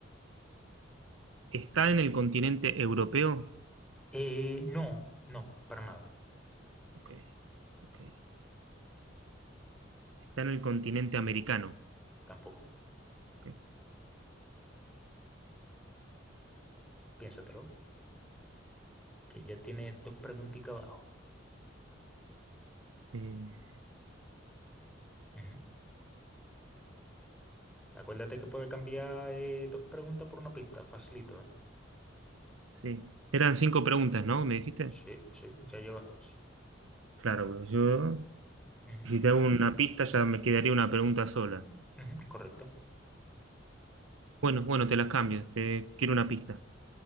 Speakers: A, on the right; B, in the centre.
A: ¿Está en el continente europeo?
B: Eh, no, no, para nada,
A: Ok, ok. ¿Está en el continente americano?
B: tampoco.
A: Ok,
B: Piénsatelo, que ya tiene dos preguntitas abajo.
A: eh,
B: Ujú. Acuérdate que puede cambiar eh, dos preguntas por una pista, facilito, ¿eh?
A: sí. Eran cinco preguntas, ¿no? ¿Me dijiste?
B: Sí, sí, ya llevas dos.
A: Claro, pues yo,
B: Ujú,
A: si
B: ujú,
A: te hago una pista ya me quedaría una pregunta sola.
B: ujú, ujú, correcto.
A: Bueno, bueno, te las cambio. Te quiero una pista.